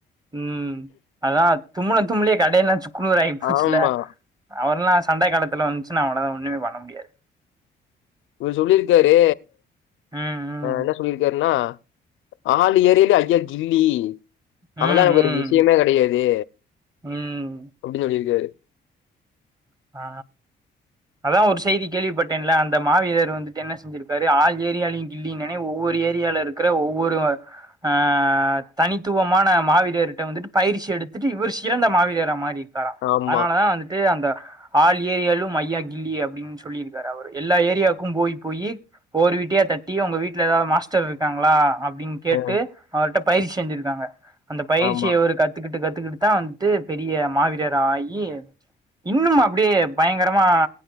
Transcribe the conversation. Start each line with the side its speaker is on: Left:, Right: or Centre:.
Right: ம் அதா தும்முன தும்ளையே கடையெல்லா சுக்குன்னூரகி போச்சுல
Left: ஆமா
Right: அவர்ல்லா சண்ட காலத்துல வந்துச்சுனா அவளதா ஒண்ணுமே பண்ண முடியாது
Left: இவர் சொல்லிருக்காரு
Right: ம் ம்
Left: என்ன சொல்லிருக்காருன்னா ஆள் ஏரியில ஐயா கில்லி
Right: ம்
Left: அதெல்லா எனக்கு ஒரு விஷயமே கிடையாது
Right: ம் ம்
Left: அப்டி சொல்லிருக்காரு
Right: ஆ அதா ஒரு செய்தி கேள்விப்பட்டேன்ல அந்த மாவீரர் வந்துட்டு என்ன செல்லிருக்காரு ஆள் ஏரியாலயு கில்லினனே ஒவ்வொரு ஏரியால இருக்கிற ஒவ்வொரு ஆ தனித்துவமான மாவீரர்ட்ட வந்துட்டு பயிற்சி எடுத்துட்டு இவர் சிறந்த மாவிரரா மாறி தர
Left: ஆமா
Right: அதனாலதா வந்துட்டு அந்த ஆள் ஏரியாலும் ஐயா கில்லி அப்டின்னு சொல்லியிருக்கரு அவரு எல்லா ஏரியாவுக்கு போய் போயி ஒரு வீட்டயா தட்டி உங்க வீட்டுல ஏதாவது மாஸ்டர் இருக்காங்களா அப்டின்னு கேட்டு
Left: ம்
Right: அவர்கிட்ட பயிற்சி செஞ்சிருக்காங்க அந்த பயிற்சிய
Left: ஆமா
Right: இவரு கத் கத்துக்கிட்டு கத்துக்கிட்டு தா வந்துட்டு பெரிய மாவீரர் ஆகி இன்னும்மா அப்டியே பயங்கரமா